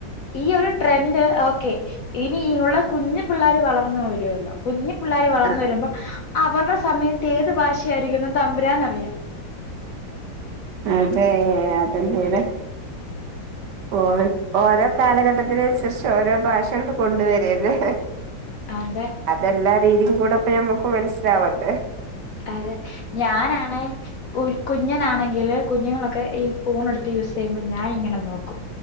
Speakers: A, on the left (about 65°); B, on the right (about 70°).
A: ഈ ഒരു ട്രെൻഡ് ഓക്കെ ഇനി ഉള്ള കുഞ്ഞു പിള്ളേർ വളർന്ന വരുല്ലോ കുഞ്ഞ പിള്ളോര് വളർന്ന
B: ആ
A: വരുമ്പോ അവരുടെ സമയത്ത് ഏത് ഭാഷയായിരിക്കുന്ന തമ്പുരാൻ അറിയാം
B: അതെ അതന്നെയാണ് ഓ ഓരോ കാലഘട്ടത്തിന അനുസരിച്ച് ഓരോ ഭാഷ കൊണ്ട് കൊണ്ടുവരന്നെ
A: അതെ
B: അതെല്ലാ രീതിയും കൂടെ ഇപ്പ നമുക്ക് മനസ്സിലാവണ്ട്
A: അതെ ഞാനണ കുഞ്ഞനാണെങ്കിൽ കുഞ്ഞുങ്ങളൊക്കെ ഈ ഫോൺ എടുത്ത് യൂസ് ചെയ്യുമ്പോൾ ഞാാനിങ്ങനെ നോക്കും